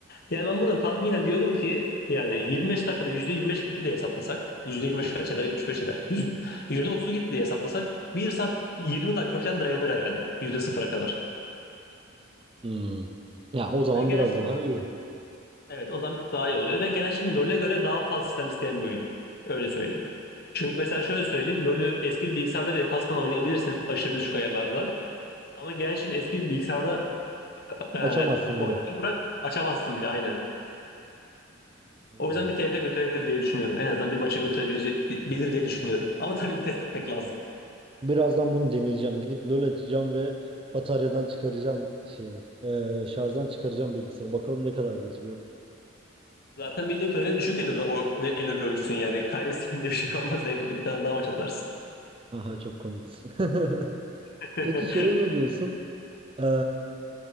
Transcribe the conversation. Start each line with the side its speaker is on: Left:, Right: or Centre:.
Left: Yani ben buradan tahminen diyorum ki yani 25 dakikada %25 gitti diye hesaplasak %25 kaç eder? 75 eder. Yüz- %30 gitti diye hesaplasak bir saat 20 dakika falan dayanır herhalde %0'a kadar.
Right: Hmm. Ya o zaman
Left: Ve Genshin
Right: biraz daha iyi.
Left: evet o zaman bir tık daha iyi oluyor ve Genshin LoL'e göre daha fazla sistem isteyen bir oyun. Öyle söyleyeyim. Çünkü mesela şöyle söyleyeyim LoL'ü eski bir bilgisayarda bile kasmadan oynayabilirsin aşırı düşük ayarlarda. Ama Genshin eski bir bilgisayarda e,
Right: Açamazsın
Left: oynamayı
Right: bile.
Left: bırak açamazsın bile aynen.
Right: Hmm.
Left: O yüzden bir TFF götürebilir diye düşünüyorum. En azından bir maçı götürebilir bilir diye düşünüyorum. Ama tabii bir test etmek lazım.
Right: Birazdan bunu deneyeceğim. Gidip LoL açacağım ve bataryadan çıkaracağım şeyi. Ee, şarjdan çıkaracağım bilgisayarı. Bakalım ne kadar geçiriyor.
Left: Zaten bildiğim kadarıyla düşük eloda o de- elo bir oyuncusun yani. kaybettiğinde bir şey olmaz. En kötü bir tane daha maç atarsın.
Right: Aha çok komiksin. <laughs>
Left: <laughs>
Right: Peki şeye ne diyorsun? Ee,